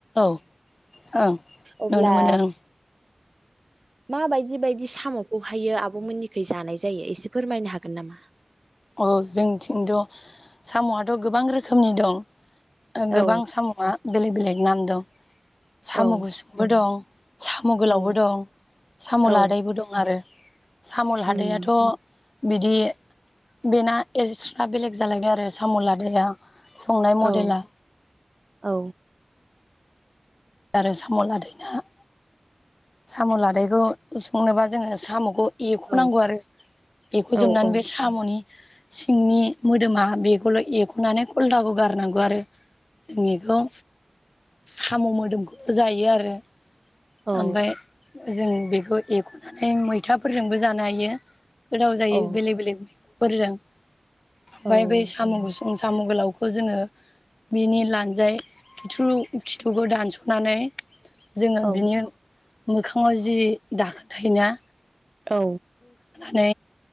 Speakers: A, on the left; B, on the right.
A: अ ओं
B: अब्ला
A: नुनो मोनो ओं
B: माबायदि बायदि साम'खौहाययो आब' मोननिखै जानाय जायो एसे फोरमायनो हागोन नामा?
A: औ जोंथिंथ' साम'आथ' गोबां रोखोमनि दं। ओ गोबां
B: औ
A: साम'आ बेलेग बेलेग नाम दं। साम'
B: औ
A: गुसुंबो दं। साम' गोलावबो
B: औ
A: दं, साम'
B: औ
A: लादायबो दं आरो। साम'लाहादैयाथ'
B: उम
A: बिदि बेना एक्सट्रा बेलेग जालायबाय आरो साम' लादाया संनाय मडेला।
B: औ औ
A: आरो साम' लादायना साम' लादायखौ संनोबा जोङो साम'खौ एख'नांगौ
B: औ
A: आरो एख'जोबनानै
B: औ औ
A: बे साम'नि सिंनि मोदोमा बेखौल' एख'नानै खलथाखौ गारनांगौ आरो। जोंनिखौ साम' मोदोमखौबो जायो आरो।
B: औ
A: ओमफाय जों बेखौ एख'नानै मैथाफोरजोंबो जानो हायो। गोथाव जायो
B: औ
A: बेलेग बेलेग मैगंफोरजों ओमफाय
B: औ
A: बे साम'गुसुं साम' गोलावखौ जोंङो बिनि लानजाय खिथ्रु खिथुखौ दानस'नानै जोंङो
B: औ
A: बिनि मोखाङाव जि दाखोन थायोना
B: औ
A: नै